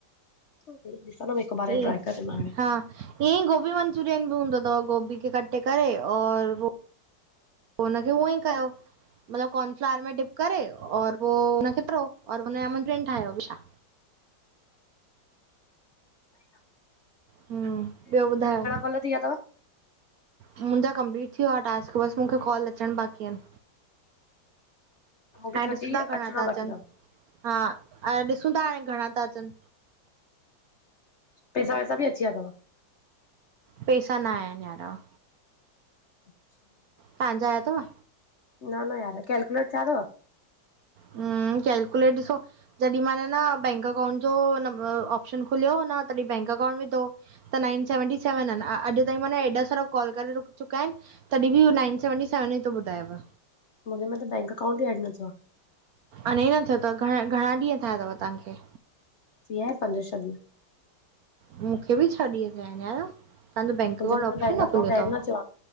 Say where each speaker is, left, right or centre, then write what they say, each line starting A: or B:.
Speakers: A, on the left; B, on the right.
A: आहिनि ॾिसां न हिकु बार
B: ई
A: ट्राए करे मां हाणे
B: हा इए ई गोभियूं आहिन मंचूरियन भी हूंदो थव, गोभी खे कटे करे और पो हुनखे उअं ई कयो मतलब कार्नफ्लावर में डिप करे और पो उनखे तरो और उनन जा मंचुरियन ठाहयो मिठा
A: सही आ
B: हुं ॿियो ॿुधायो
A: कॉल थी विया अथव
B: मुंहिंजा कंप्लीट थी वियो आ टास्क वास्क बस मूंखे कॉल अचण बाकी आहिन
A: <inaudible>
B: हाणे
A: थर्टी
B: ॾिसूं था घणा
A: अचणा
B: था अचन,
A: बाक़ी अथव
B: हा अएं ॾिसूं था हाणे घणा था अचन
A: पैसा वैसा बि अची विया थव
B: पैसा न आया आहिन यारा
A: <inaudible>
B: तां जा आया थव?
A: न न यार, कैलकुलेट थिया थव?
B: हुं कैलकुलेट ॾिसो जॾी मान न बैंक अकाउंट जो ऑप्शन खुलियो न तॾी बैंक अकाउंट विधो त नाइन सेवनटी सेवन आहिन। अॼु ताईं मां न एॾा सारा कॉल करे चुका आहिन तॾी भी हू नाइन सेवनटी सेवन ई थो ॿुधायव
A: मुंहिंजे मे त बैंक अकाउंट ई एड न थियो आ
B: अञा न थियो तव घणा, घणा ॾींहं थिया तव तव्हांखे?
A: थी वया आहिनि पंज छह ॾींहं।
B: मूंखे बि छह ॾींहं थिया आहिनि यार। तव्हांजो बैंक
A: मुंहिंजे
B: अकाउंट
A: में
B: ऑप्शन
A: त बैंक
B: न
A: अकाउंट
B: खुलियो तव
A: एड न थियो